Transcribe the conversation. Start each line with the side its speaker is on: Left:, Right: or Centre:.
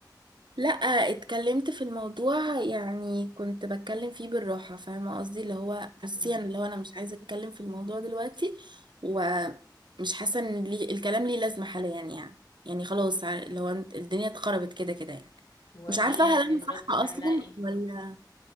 Right: لا اتكلمت في الموضوع يعني كنت بتكلم فيه بالراحة فاهمة قصدي اللي هو بصي
Left: مم.
Right: انا اللي هو انا مش عايزة اتكلم في الموضوع دلوقتي ومش حاسة ان لي الكلام ليه لازمة حاليا يعني يعني خلاص ع- اللي هو انت- الدنيا اتخربت كده كده يعني
Left: وهي
Right: مش عارفة هل انا
Left: كان
Right: صح
Left: رد فعلها
Right: اصلا
Left: ايه
Right: ولا